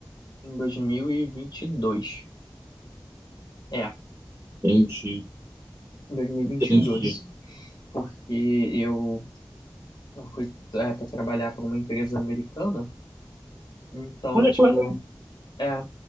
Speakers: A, on the left; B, on the right.
A: em dois mil e e vinte e dois É,
B: Entendi,
A: em dois mil e
B: entendi.
A: vinte e dois. Porque eu, eu fui é, para trabalhar para uma empresa americana. Então,
B: Olha
A: tipo,
B: que legal.
A: é.